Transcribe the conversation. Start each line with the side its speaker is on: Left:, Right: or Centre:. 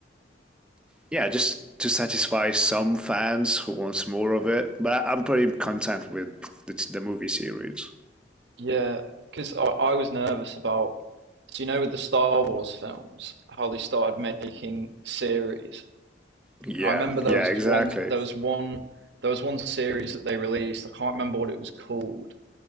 Centre: yeah, just to satisfy some fans who wants more of it. But I'm pretty content with the, the movie series.
Right: yeah, because I, I was nervous about, so you know, with the Star Wars films, how they started making series.
Centre: Yeah,
Right: And I remember there
Centre: yeah,
Right: was
Centre: exactly.
Right: one, there was one, there was one series that they released. I can't remember what it was called,